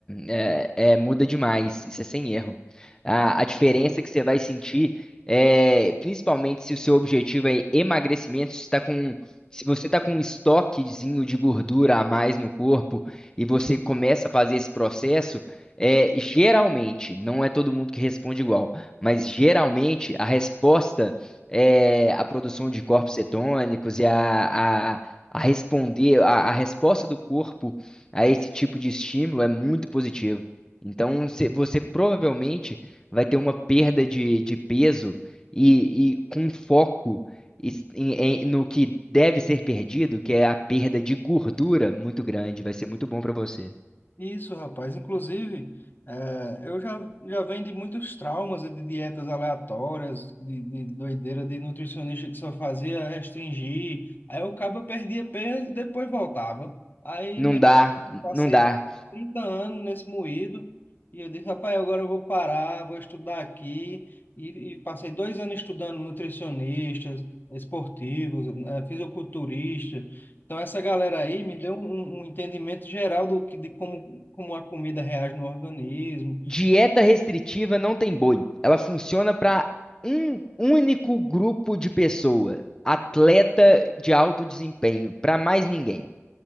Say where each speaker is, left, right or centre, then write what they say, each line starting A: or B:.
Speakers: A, on the left; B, on the left.
A: É, é- é- muda demais, isso é sem erro. A, a diferença que você vai sentir é, principalmente se o seu objetivo é emagrecimento, se tá com, se você está com um estoquezinho de gordura a mais no corpo e você começa a fazer esse processo, é, geralmente, não é todo mundo que responde igual, mas geralmente a resposta é a produção de corpos cetônicos e a, a, a responder, a a resposta do corpo a esse tipo de estímulo é muito positivo. Então, se- você provavelmente vai ter uma perda de, de peso e, e com foco es- em- em- no que deve ser perdido, que é a perda de gordura muito grande. Vai ser muito bom para você.
B: Isso, rapaz. Inclusive, eh, eu já, já venho de muitos traumas né, de dietas aleatórias, de, de doideira de nutricionista que só fazia restringir. Aí eu acaba perdia peso, depois voltava. Aí
A: Não
B: me
A: dá,
B: Passei
A: não dá.
B: 30 anos nesse moído e eu disse, rapaz, agora eu vou parar, vou estudar aqui. E, e passei dois anos estudando nutricionistas, esportivos, eh, fisiculturista. Então, essa galera aí me deu um, um entendimento geral do que, de como, como a comida reage no organismo.
A: Dieta restritiva não tem boi. Ela funciona para um único grupo de pessoa, atleta de alto desempenho, para mais ninguém.